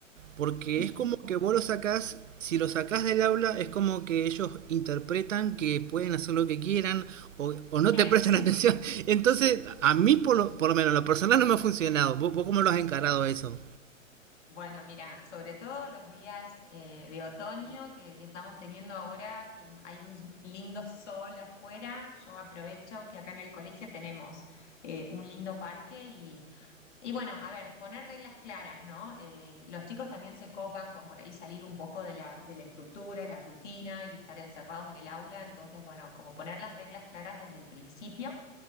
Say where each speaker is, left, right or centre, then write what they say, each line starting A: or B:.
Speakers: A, on the right (about 70°); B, on the left (about 60°).
A: porque
B: Sí.
A: es como que vos lo sacás, si lo sacás del aula es como que ellos interpretan que pueden hacer lo que quieran o, o no
B: <laughs>
A: te prestan
B: Sí,
A: atención. <laughs> Entonces, a mí por lo, por lo menos, en lo personal no me ha funcionado. ¿Vos, vos cómo lo has encarado eso?
B: Bueno, mira, sobre todo los días eh, de otoño que, que estamos teniendo ahora, que hay un lindo sol afuera, yo aprovecho que acá en el colegio tenemos eh, un lindo parque y, y bueno, a ver, poner reglas claras, ¿no? Eh, los chicos también se copan con por ahí salir un poco de la, de la estructura, la rutina y estar encerrados en el aula, entonces, bueno, como poner las reglas claras desde el principio.